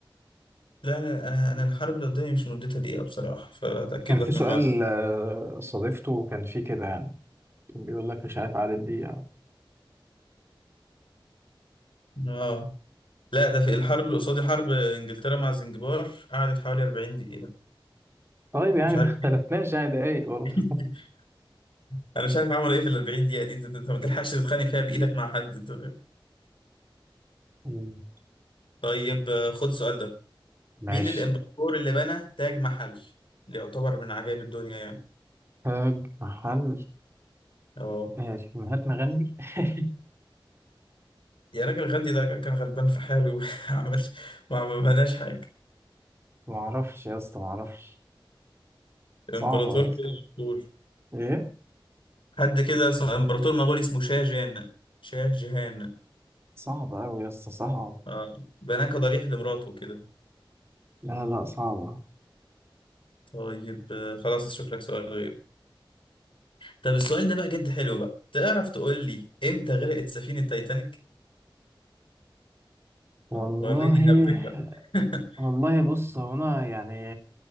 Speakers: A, on the left; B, on the right.
A: لا أنا أنا أنا الحرب اللي قدامي مش مدتها دقيقة بصراحة فأتأكد
B: كان
A: لك
B: في
A: من
B: سؤال
A: المعلومة
B: آه، صادفته كان فيه كده يعني كان بيقول لك مش عارف عدد دقيقة
A: آه لا ده في الحرب اللي قصادي حرب إنجلترا مع زنجبار قعدت حوالي 40 دقيقة
B: طيب يعني
A: مش عارف
B: ما اختلفناش يعني دقايق برضه
A: <laughs> انا مش عارف عملوا ايه في ال 40 دقيقه دي انت انت أنت ما تلحقش تتخانق فيها بايدك مع حد أنت فاهم؟
B: مم.
A: طيب آه، خد السؤال ده
B: ماشي
A: مين الامبراطور اللي بنى تاج محل اللي يعتبر من عجائب الدنيا يعني
B: تاج محل
A: اه
B: إيه، مهاتما غاندي <laughs>
A: يا راجل غاندي ده كان غلبان في حاله <laughs> ما عملش ما عملناش حاجة
B: ما اعرفش يا اسطى ما اعرفش صعبة
A: امبراطور
B: يا اسطى
A: كده مشهور
B: ايه
A: حد كده اسمه امبراطور مغولي اسمه شاه جان شاه جهان
B: صعبة أوي يا اسطى صعب
A: اه بناه كضريح لمراته كده
B: لا لا صعبة
A: طيب آه، خلاص اشوف لك سؤال غير طب السؤال ده بقى جد حلو بقى تعرف تقول لي امتى غرقت سفينة تايتانيك
B: والله
A: آه، وريني هبتك بقى <laughs>
B: والله بص هو أنا يعني